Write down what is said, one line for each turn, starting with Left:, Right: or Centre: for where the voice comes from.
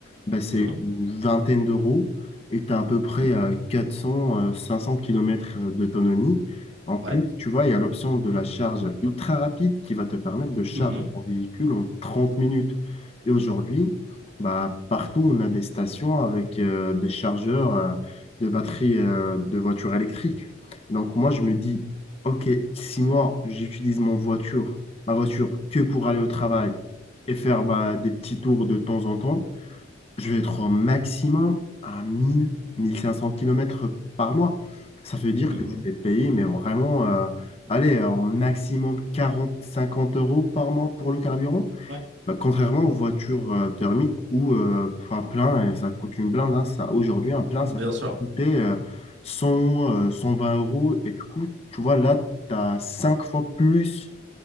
Left: bah, c'est
Right: mhm,
Left: une vingtaine d'euros et tu as à peu près euh, 400 euh, 500 kilomètres euh, d'autonomie. En plus,
Right: ouais,
Left: tu vois, il y a l'option de la charge ultra rapide qui va te permettre de charger
Right: mhm,
Left: ton véhicule en 30 minutes. Et aujourd'hui, bah, partout, on a des stations avec euh, des chargeurs euh, de batteries euh, de voitures électriques. Donc moi, je me dis, Ok, si moi j'utilise mon voiture, ma voiture que pour aller au travail et faire bah, des petits tours de temps en temps, je vais être au maximum à 1000, 1500 kilomètres par mois. Ça veut dire
Right: mhm,
Left: que je vais payer, mais vraiment, euh, allez, en maximum 40, 50 euros par mois pour le carburant.
Right: ouais,
Left: Bah, contrairement aux voitures euh, thermiques où euh, un plein, euh, ça coûte une blinde. hein, ça, aujourd'hui, un plein,
Right: bien
Left: ça
Right: sûr.
Left: coûtait euh, 100, euh, 120 euros. Et du coup, tu vois, là, tu as 5 fois plus